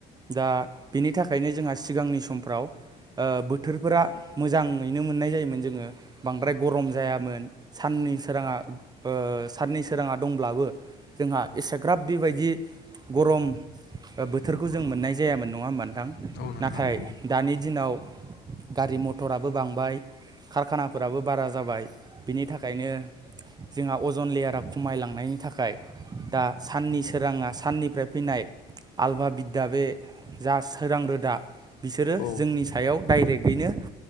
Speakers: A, on the right; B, on the left.
A: दा बिनि थाखायनो जोंहा सिगांनि समफ्राव ओ बोथोरफोरा मोजाङैनो मोननाय जायोमोन जोङो बांद्राय गरम जायामोन साननि सोराङा
B: औ
A: ओ साननि सोराङा दंब्लाबो जोंहा एसेग्राब बेबायदि गरम ओ बोथोरखौ जों मोननाय जायामोन नङा होमबा नोंथां
B: औ नोंथां
A: नाथाय
B: नंगौ
A: दानि दिनाव गारि मथराबो बांबाय कारखानाफोराबो बारा जाबाय बिनि थाखायनो जोंहा अजन लेयारा खमायलांनायनि थाखाय दा साननि सोराङा साननिफ्राय फैनाय आल्भा बिद्दा बे जा सोरां रोदा बिसोरो
B: औ
A: जोंनि सायाव डाइरेक्टयैनो